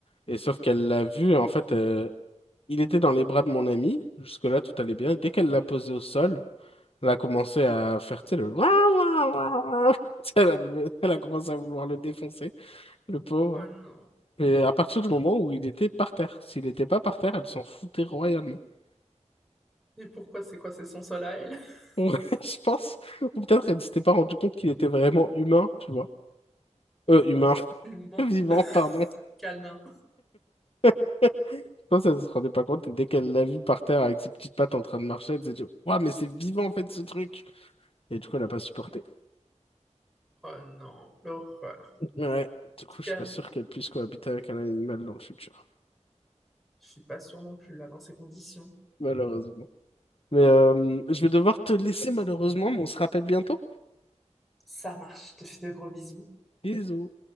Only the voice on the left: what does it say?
Et sauf qu'elle l'a vu, en fait, euh, il était dans les bras de mon ami. Jusque-là, tout allait bien. Dès qu'elle l'a posé au sol, Elle a commencé à faire, tu sais, le... <laughs> Tu sais, Elle a, elle a commencé à vouloir le défoncer, le pauvre.
Et à partir du moment où il était par terre, s'il n'était pas par terre, elle s'en foutait royalement. <laughs>
Ouais, Je pense. Ou peut-être elle ne s'était pas rendu compte qu'il était vraiment humain, tu vois. Euh, humain,
<laughs> vivant, pardon. <laughs>
Je pense qu'elle ne se rendait pas compte. Et dès qu'elle l'a vu par terre avec ses petites pattes en train de marcher, elle s'est dit, Ouah, mais c'est vivant en fait ce truc. Et du coup, elle n'a pas supporté.
Ouais, du coup,
je suis pas sûr qu'elle puisse cohabiter avec un animal dans le futur.
Malheureusement. Mais euh, je vais devoir te laisser malheureusement, mais on se rappelle bientôt.
Bisous.